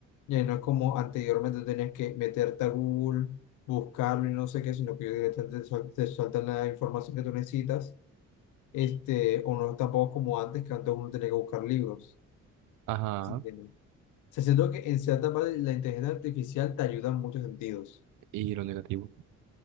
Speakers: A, on the left; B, on the right.
A: y ahí no es como anteriormente tenías que meterte a Google, buscarlo y no sé qué, sino que directamente te suel- te sueltan la información que tú necesitas, este, o no tampoco como antes, que antes uno tenía que buscar libros,
B: ajá,
A: ¿sí entiendes? Se siento que en cierta parte la inteligencia artificial te ayuda en muchos sentidos.
B: y lo negativo.